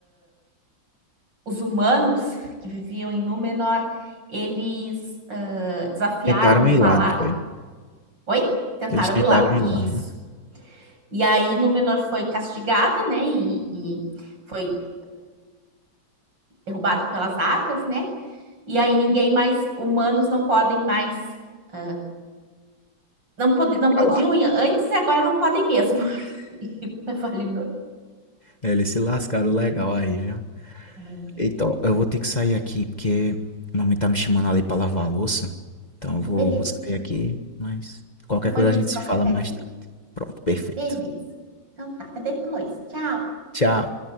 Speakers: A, on the right; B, on the left.
A: os humanos que viviam em Númenor, eles ah, desafiaram
B: Tentaram
A: os
B: ir
A: Valar.
B: lá, não foi?
A: Oi? Tentaram
B: Eles tentaram
A: ir lá.
B: ir
A: Isso.
B: lá, né?
A: E aí Númenor foi castigada, né? E, e foi derrubada pelas águas, né? E aí ninguém mais, humanos não podem mais, ah, não, pod não
B: Pra
A: podiam
B: lá.
A: ir antes e agora não podem mesmo. <laughs> E eu falei, "Não."
B: É, eles se lascaram legal aí, viu?
A: É,
B: Então, eu vou ter que sair aqui porque a mamãe tá me chamando ali pra lavar a louça. Então, eu vou,
A: beleza.
B: vou sair aqui, mas qualquer
A: Eu vou
B: coisa
A: ali
B: a gente
A: buscar
B: se
A: um
B: fala
A: cafezinho.
B: mais tarde. Pronto, perfeito.
A: Beleza. Então tá, até depois. Tchau.
B: Tchau.